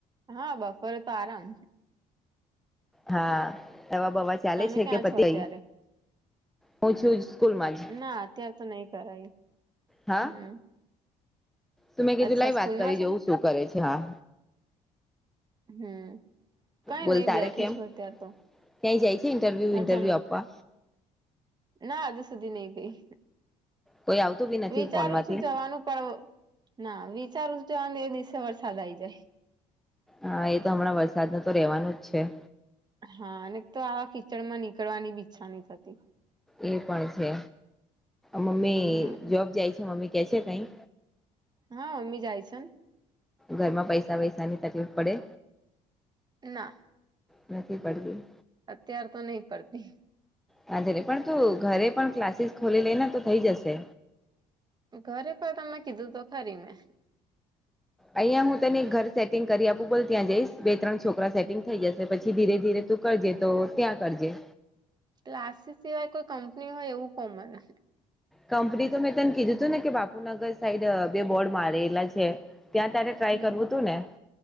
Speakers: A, on the right; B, in the centre.
A: હા બપોરે તો આરામ છે.
B: હા દવા બવા ચાલે
A: તમે
B: છે
A: ક્યાં
B: કે પતિ
A: છો અત્યારે
B: ગઈ. હું છું સ્કૂલમાં જ
A: ના અત્યારે તો નહી કરાયું
B: હા?
A: હમ
B: તો મેં કીધું
A: અચ્છા
B: લાય
A: સ્કૂલમાં
B: વાત કરી
A: છો
B: જેવું શું કરે છે હા.
A: હમ. કઈ
B: બોલ
A: નઈ
B: તારે
A: બેઠી
B: કેમ
A: છું અત્યારે તો
B: ક્યાંય જાય છે ઇન્ટરવ્યુ ઇન્ટરવ્યુ
A: હજમ
B: આપવા
A: ના હજુ સુધી નઈ ગઈ
B: કોઈ આવતું બી નથી
A: વિચારું
B: ફોનમાંથી
A: છું જવાનું પડ ના વિચારું જો આને એ દિવસે વરસાદ આઈ જાય.
B: હા એ તો હમણાં વરસાદ તો રહેવાનું જ છે.
A: હા અને તો આવા કીચડ માં નીકળવાની બી ઈચ્છા નઈ થતી.
B: એ પણ છે મમ્મી
A: હા
B: જોબ જાય છે મમ્મી કે છે કઈ.
A: હા મમ્મી જાય છે.
B: ઘરમાં પૈસા વૈસા ની તકલીફ પડે?
A: ના.
B: નથી પડતી.
A: અત્યાર તો નહી પડતી.
B: હાજરે પણ તું ઘરે પણ ક્લાસીસ ખોલી લે ને તો થઈ જશે.
A: ઘરે પણ તમને કીધું તો ખરી મેં.
B: અહિયાયા હું તને એક ઘર સેટિંગ કરી આપું બોલ ત્યાં જઈશ બે ત્રણ છોકરા સેટિંગ થઈ જશે પછી ધીરે ધીરે તું કરજે તો ત્યાં કરજે.
A: કલાસીસ સીવાય કોઈ કંપની હોય એવું કો મને.
B: કંપની તો મેં તને કીધું હતું ને કે બાપુનગર સાઈડ બે બોર્ડ મારેલા છે. ત્યાં તારે ટ્રાય
A: હમ
B: કરવું તું ને